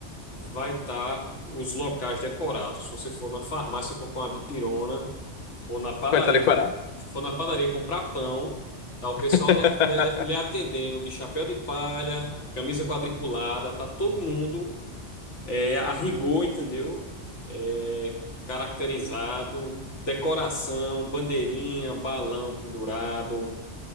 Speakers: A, on the left; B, on the left.
A: vai estar os locais decorados. Se você for na farmácia comprar uma dipirona, for na padaria,
B: Vai estar decorado.
A: co- for na padaria comprar pão, tá o
B: <laughs>
A: pessoal lhe, lhe- lhe atendendo de chapéu de palha, camisa quadriculada, tá todo mundo é, a rigor, entendeu? É, caracterizado, decoração, bandeirinha, balão pendurado,